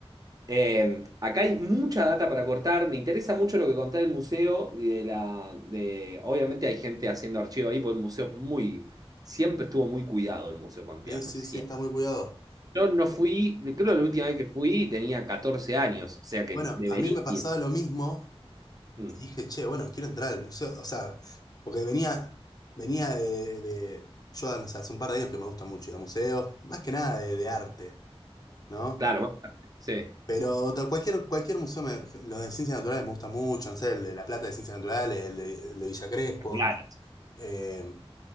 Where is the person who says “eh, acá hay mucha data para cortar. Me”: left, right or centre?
Right